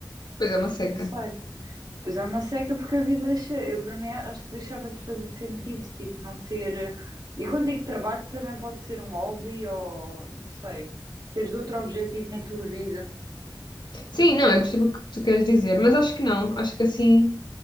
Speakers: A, on the left; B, on the right.
A: pois é uma seca.
B: não sei. Pois há uma seca porque a vida deixa, eu para mim acho que deixava de fazer sentido, tipo, não ter. eh, E quando digo trabalho também pode ser um hobby ou não sei, teres outro objetivo na tua vida.
A: Sim, não, eu percebo o que tu queres dizer, mas acho que não. Acho que assim,